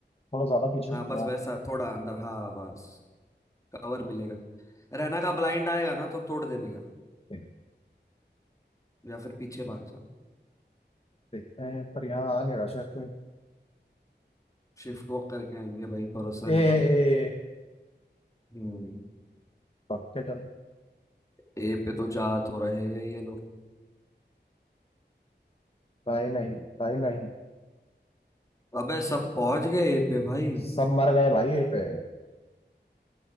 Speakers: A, on the left; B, on the left.
A: थोड़ा ज्यादा पीछे
B: हाँ
A: हूँ
B: बस
A: यहाँ
B: वैसा थोड़ा अंदर हाँ बस कवर मिलेगा रहना का ब्लाइंड आएगा ना तो तोड़ देने का
A: देख-
B: या फिर पीछे भाग जा
A: देखते हैं पर यहाँ आ नहीं रहा शायद कोई
B: शिफ्ट वॉक करके आएंगे भाई भरोसा
A: ए
B: नहीं
A: ए ए, ए,
B: हम्म
A: पक्के चलो
B: ए पे तो जा तो रहे हैं ये लोग
A: भाई नहीं भाई नहीं
B: अबे सब पहुंच गए ए पे भाई
A: सब मर गए भाई ये पे